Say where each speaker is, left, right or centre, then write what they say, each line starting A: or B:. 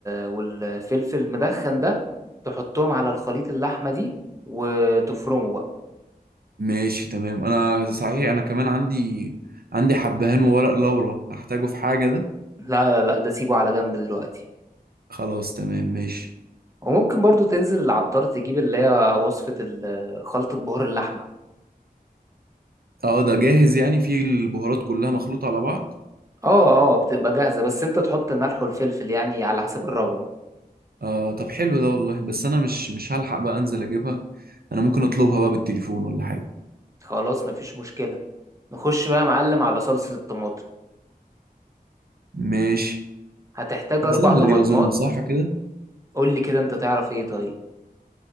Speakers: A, on the right (about 20°); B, on the right (about 75°).
A: والفلفل المدخن ده تحطهم على الخليط اللحمة دي وتفرمه بقى
B: ماشي تمام انا صحيح انا كمان عندي عندي حبهان وورق لورا هحتاجه في حاجة ده
A: لا لا لا ده سيبه على جنب دلوقتي
B: خلاص تمام ماشي
A: وممكن برضو تنزل العطار تجيب اللي هي وصفة ال- خلطة بهار اللحمة
B: اه ده جاهز يعني فيه البهارات كلها مخلوطة على بعض
A: اه اه بتبقى جاهزة بس انت تحط الملح والفلفل يعني على حسب الرغبة
B: آه طب حلو ده والله بس انا مش مش هلحق بقى انزل اجيبها انا ممكن اطلبها بقى بالتليفون ولا حاجة
A: خلاص مفيش مشكلة نخش بقى يا معلم على صلصة الطماطم
B: ماشي
A: هتحتاج أربع
B: سهلة
A: طماطمات
B: دي اظن صح كده
A: قولي كده انت تعرف ايه طيب